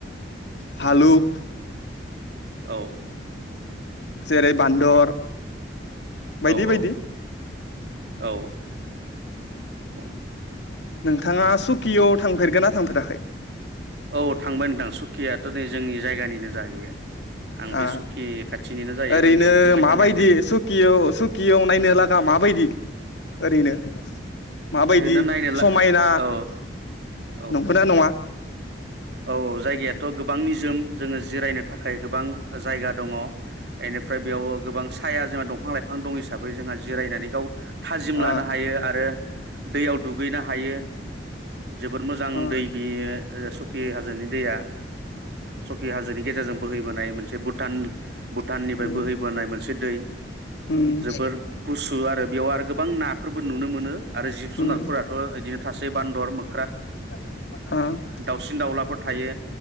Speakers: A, on the left; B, on the right.
A: फालुक
B: औ
A: जेरै बान्दर बायदि
B: औ
A: बायदि
B: औ औ औ <inaudible>
A: नोंथाङा सुकियाव थांफेरगो ना थांफेराखै।
B: औ थांबाय नोंथां सुकियाथ' नै जोंनि जायगानिनो जाहैयो। आं
A: हा
B: बे सकि खाथिनिनो जायो
A: ओरैनो
B: जोंनियाव थांबाय
A: माबायदि
B: थानायानो जायो
A: सुकियाव सुकियाव नायनो लागा माबायदि। ओरैनो। माबायदि
B: ओरैनो नायनोला
A: समायना
B: औ औ
A: नंखोना नङा।
B: औ जायगायाथ' गोबां निजोम जोङो जिरायनो थाखाय गोबां जायगा दङ। एनिफ्राय बेयाव। गोबां साया जोंहा दंफां लाइफां दं हिसाबै जोंहा जिरायनानै गाव थाजिम
A: आ
B: लानो हायो आरो। दैयाव दुगैनो हायो। जोबोद मोजां
A: आ
B: दै बियो सकि हाजोनि दैया सकि हाजोनि गेजेरजों बोहैबोनाय मोनसेु भुटान-भुटाननिफ्राय
A: उम
B: बोहैबोनाय मोनसे दै
A: उम
B: जोबोर गुसु आरो बेयाव आरो गोबां नाफोरबो नुनो मोनो। आरो जिब जुनारफोराथ'
A: उम
B: <unintelligible> थासे बान्दर।
A: <unintelligible>
B: दावसिन दाउलाफोर थायो